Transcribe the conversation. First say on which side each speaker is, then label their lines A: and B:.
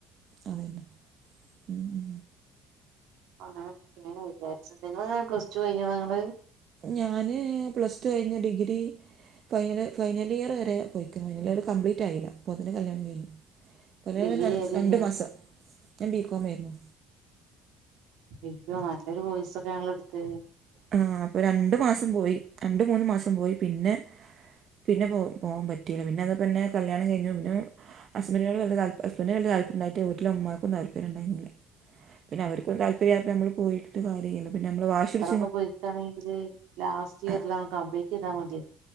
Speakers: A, on the right; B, on the right.
A: അതെന്നെ
B: ആഹ്
A: മ്
B: അങ്ങന ഒക്കേൺ വിചാരിച്ചത് ഇങ്ങൾ എങ്ങനെ പ്ലസ് ടു കഴിഞ്ഞതാ നിങ്ങള്
A: ഞാന് പ്ലസ് ടു കഴിഞ് ഡിഗ്രി ഫൈനൽ ഫൈനൽ ഇയർ വരെ പോയിക്ണ് ഫൈനൽ ഇയർ കപ്ലീറ്റ് ആയില്ല അപ്പോതിന് കല്യാണം കഴിഞ്ഞു ഒരെ
B: ഡിഗ്രി
A: ര
B: ഏതേനി
A: രണ്ട് മാസം ഞാൻ ബികോമേര്ന്ന്
B: അയ്യോ നല്ലൊരു വോയ്സൊക്കേണല്ലോ എടുത്തത്
A: ആ അപ്പൊ രണ്ടു മാസം പോയി രണ്ട് മൂന്ന് മാസം പോയി പിന്നെ പിന്നെ പോ പോവാൻ പറ്റിയില്ല പിന്നെ അത് പിന്നേ കല്യാണം കഴിഞ്ഞു പിന്നെ ഹസ്ബന്റിനോട് വല്യതാല്പര് ഹസ്ബന്റിന് തല്പര്യണ്ടായിട്ട് ട്ട് വീട്ട്ല് ഉമ്മാക്കൊന്നു താല്പര്യണ്ടായിരുന്നില്ല പിന്നെ അവർക്കും താല്പര്യയപ്പോ നമ്മള് പോയിട്ട് കാര്യലല്ലോ പിന്നെ നമ്മള് വാശിപിടി
B: തൊക്കെപൊയിക്കാണെങ്കില് ലാസ്റ്റ് ഇയറിൽ
A: ആ
B: കമ്ബ്ലീറ്റ്താമതിയാർന്ന്